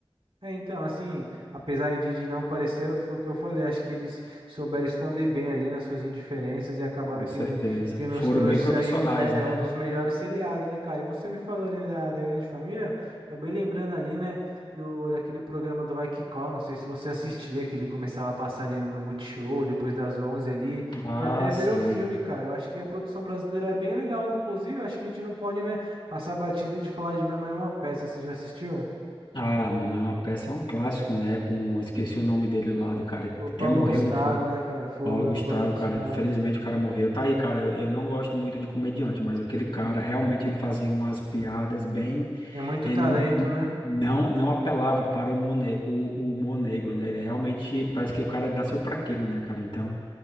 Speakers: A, on the right; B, on the left.
A: É, então, assim, apesar de, de não parecer, foi o que eu falei, acho que eles souberam esconder bem ali nas suas indiferenças e acabaram
B: Com
A: que,
B: certeza.
A: que nos
B: Foram
A: trouxe
B: bem profissionais,
A: aí é,
B: né?
A: um dos melhores seriados, né, cara? E você me falou ali né, da, da Grande Família, acabei lembrando ali, né, do, daquele programa do Vai Que Cola, não sei se você assistia, que ele começava a passar ali no Multishow, depois das 11 ali,
B: Ah,
A: e até virou
B: sim.
A: filme, cara. Eu acho que a produção brasileira é bem legal, inclusive, eu acho que a gente não pode, né, passar batido de falar de Minha Mãe é uma Peça, você já assistiu?
B: Ah, Mamãe é uma Peça é um clássico, né? Com, eu esqueci o nome dele lá do cara,
A: O
B: até
A: Paulo
B: morreu,
A: Gustavo,
B: não foi?
A: né, cara? Foi
B: Paulo Gustavo,
A: o Paulo Gustavo.
B: cara, infelizmente o cara morreu. Tá aí, cara, eu eu não gosto muito de comediante, mas aquele cara, realmente ele fazia umas piadas bem,
A: É muito
B: é,
A: talento,
B: n- n-
A: né?
B: não, não apelava para o humor, ne- o, o humor negro, né? Ele realmente parece que o cara nasceu para aquilo, né, cara? Então,